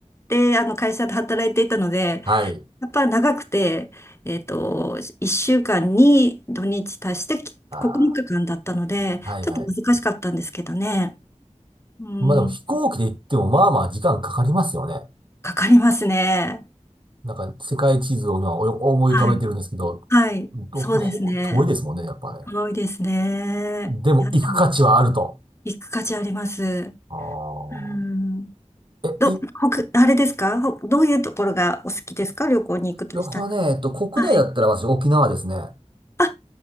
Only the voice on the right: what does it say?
はい。
ああ、はいはい。
まあでも飛行機で行っても、まあまあ時間かかりますよね。
なんか、世界地図を今お思い浮かべてるんですけど、
ど、
ほ遠いですもんね、やっぱね。
でも行く価値はあると。
あ
ーえ、
い、
旅行ね、えっと、国内だったら私沖縄ですね。